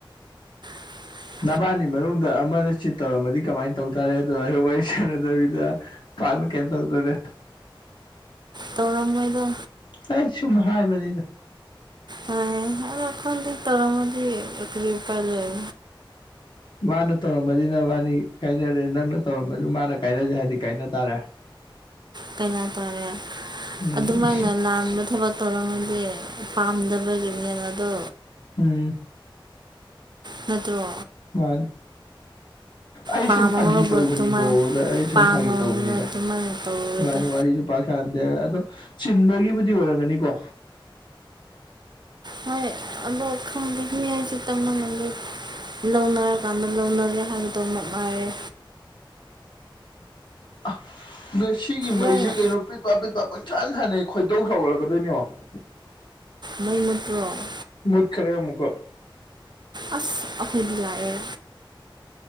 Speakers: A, on the right; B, on the left.
A: <inaudible>
B: ꯅꯕꯥꯅꯤ ꯃꯅꯨꯡꯗ ꯑꯃꯅ ꯆꯤꯠ ꯇꯧꯔꯝꯃꯗꯤ ꯀꯃꯥꯏꯅ ꯇꯧ ꯇꯥꯔꯦ ꯑꯗꯨꯃꯥꯏꯅꯥ ꯋꯥꯔꯤ ꯁꯥꯟꯅꯗꯕꯤꯗ ꯄꯥꯛꯅ ꯀꯩꯏꯝ ꯇꯧꯗꯣꯔꯦ
A: ꯇꯧꯔꯝ ꯃꯣꯏꯗ
B: ꯑꯩ ꯁꯨꯝ ꯍꯥꯏꯕꯅꯤꯗ
A: ꯍꯣꯏ ꯑꯗꯣ ꯈꯪꯗꯦ ꯇꯧꯔꯝꯃꯗꯤ ꯀꯔꯤ ꯎꯄꯥꯏ ꯂꯩ
B: ꯃꯥꯅ ꯇꯧꯔꯝꯃꯅꯤꯅ ꯃꯥꯅꯤ ꯀꯥꯏꯅꯔꯦ ꯅꯪꯅ ꯇꯧꯔꯝꯃꯁꯨ ꯃꯥꯅ ꯀꯥꯏꯅꯖꯦ ꯍꯥꯏꯗꯤ ꯀꯥꯏꯅ ꯇꯥꯔꯦ
A: ꯀꯩꯅꯣ ꯇꯧꯔꯦ
B: ꯎꯝ
A: ꯑꯗꯨꯃꯥꯏꯅ ꯂꯥꯟꯕ ꯊꯕꯛ ꯇꯧꯔꯝꯃꯗꯤ ꯄꯥꯝꯗꯕꯒꯤꯅꯦꯕ ꯑꯗꯣ
B: ꯎꯝ
A: ꯅꯠꯇ꯭ꯔꯣ
B: ꯃꯥꯅꯦ ꯑꯩ
A: ꯄꯥꯝꯃꯒꯕꯨ
B: ꯁꯨꯝ ꯐꯥꯒꯤ ꯇꯧꯕꯅꯤꯀꯣ
A: ꯑꯗꯨꯃꯥꯏꯅ
B: ꯑꯗ ꯑꯩ ꯁꯨꯝ
A: ꯄꯥꯝꯃꯒ
B: ꯐꯥꯒꯤ ꯇꯧꯕꯅꯤꯗ
A: ꯑꯗꯨꯃꯥꯏꯅ ꯇꯧꯔꯣꯏꯗ
B: ꯏꯕꯥꯅꯤ ꯋꯥꯔꯤꯁꯨ ꯄꯥꯛ ꯀꯥꯟꯗꯦ ꯑꯗꯣ ꯆꯤꯟꯕꯒꯤꯕꯨꯗꯤ ꯑꯣꯏꯔꯝꯒꯅꯤꯀꯣ
A: ꯍꯣꯏ ꯑꯗꯣ ꯈꯪꯗꯦ ꯃꯤ ꯍꯥꯏꯁꯦ ꯇꯝꯕ ꯉꯝꯗꯦ ꯂꯧꯅꯔꯀꯥꯟꯗ ꯂꯧꯅꯔꯦ ꯍꯥꯏꯕꯗꯣ ꯃꯉꯥꯏꯔꯦ
B: ꯑ ꯅꯣꯏ ꯁꯤꯒꯤ ꯃꯩꯁꯦ
A: ꯂꯣꯏꯅ
B: ꯀꯩꯅꯣ ꯄꯤꯠ ꯄꯦꯠ ꯄꯥꯠ ꯀꯣꯏꯁꯥꯟ ꯁꯥꯟꯅꯩ ꯈꯣꯏꯗꯧ ꯁꯥꯎꯒꯠꯂꯛꯀꯗꯣꯏꯅꯤ ꯌꯦꯡꯉꯣ
A: ꯃꯩ ꯃꯨꯇ꯭ꯔꯣꯅ
B: ꯃꯨꯠꯈꯔꯦ ꯑꯃꯨꯛꯀ
A: ꯑꯁ ꯑꯈꯣꯏꯗꯤ ꯂꯥꯛꯑꯦ